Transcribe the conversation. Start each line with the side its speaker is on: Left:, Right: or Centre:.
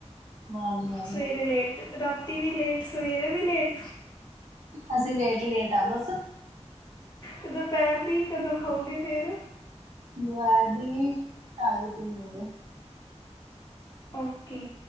Right: ਬਣਾਉਣੀ ਹੈ। ਅਜੇ,
Left: ਸਵੇਰੇ ਲੇਟ ਰਾਤੀ ਵੀ ਲੇਟ ਸਵੇਰੇ ਵੀ ਲੇਟ
Right: ਅਸੀਂ ਲੇਟ ਹੀ ਲੇਟ ਆ ਬਸ।
Left: ਤੇ ਦੁਪਿਹਰ ਦੀ ਕਦੋਂ ਖੋਗੇ ਫੇਰ
Right: ਦੁਪਹਿਰ ਦੀ ਢਾਈ ਤਿੰਨ ਵਜੇ।
Left: ਓਕੇ